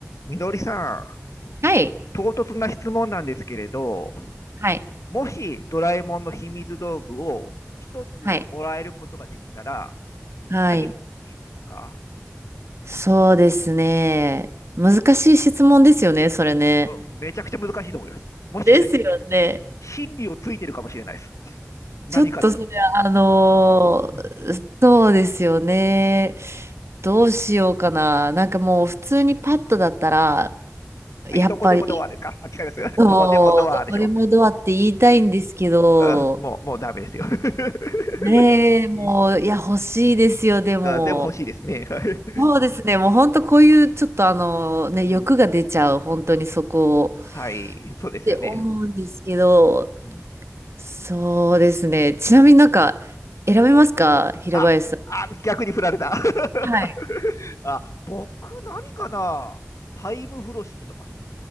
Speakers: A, on the left; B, on the right.
A: みのりさん、
B: はい。
A: 唐突な質問なんですけれど、
B: はい。
A: もしドラえもんの秘密道具を一つもらえることができたら、
B: はい。はい。
A: 何が欲しいですか、
B: そうですね。難しい質問ですよね、それね。
A: うん、めちゃくちゃ難しいと思います。もしかしたら、
B: ですよね。
A: 真理をついてるかもしれないです。何かの。
B: ちょっとそれは、あのーそうですよね。
A: うん
B: どうしようかな。なんかもう普通にパッとだったら、やっぱり、
A: はい、どこでもドアですかあ、違います。<laughs>
B: そう、
A: どこでもドアでしょ
B: どこでもドアって言いたいんですけど、
A: あもう、もうダメですよ。<laughs>
B: ねえ、もう、
A: うん
B: いや、欲しいですよ、でも。
A: あでも欲しいですね。<laughs> はい
B: そうですね。もう本当こういうちょっとあのね、
A: うん、
B: 欲が出ちゃう、本当にそこを
A: はい、そうですよね。
B: って思うんですけど、
A: うん、
B: そうですね。ちなみになんか選べますか平林さん。
A: あ、あ、逆に振られた。<laughs>
B: はい。
A: あ、僕、何かなタイム風呂敷とか。